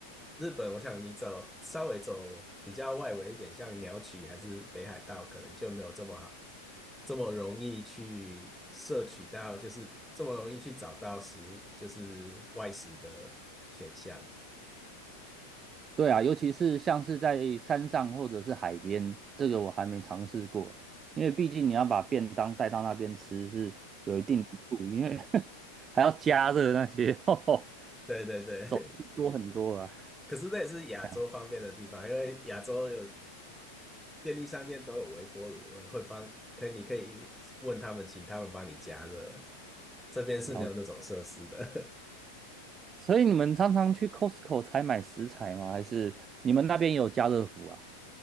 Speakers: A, in the centre; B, on the right.
A: 日本，我想你走稍微走比较外围一点，像鸟取还是北海道，可能就没有这么好，这么容易去摄取到，就是这么容易去找到食物，就是外食的选项。
B: 对啊，尤其是像是在山上或者是海边，这个我还没尝试过，因为毕竟你要把便当带到那边吃是有一定难度，因为 <laughs> 还要加热那些，<laughs> 哦
A: 对对对。
B: 手续多很多啊。
A: <laughs> 可是那也是亚洲方面的地方，
B: 这样
A: 因为亚洲有便利商店都有微波炉，会帮，可你可以问他们，请他们帮你加热。这边是没有那种设施的，
B: 了解，所以你们常常去 Costco 采买食材吗？还是你们那边有家乐福啊？